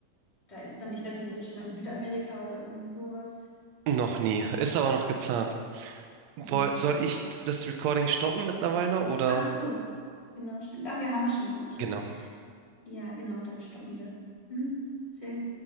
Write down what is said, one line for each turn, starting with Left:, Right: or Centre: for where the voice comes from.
Left: da ist dann, ich weiß nicht, ob du schon mal in Südamerika oder irgendwie sowas.
Right: noch nie. Ist aber noch geplant. Woll,
Left: Genau,
Right: soll
Left: dann ist,
Right: ich das Recording stoppen mittlerweile oder?
Left: ach so, genau, stimmt. Ach, wir haben schon, okay.
Right: Genau.
Left: Ja, genau, dann stoppen wir. Mhm. Sehr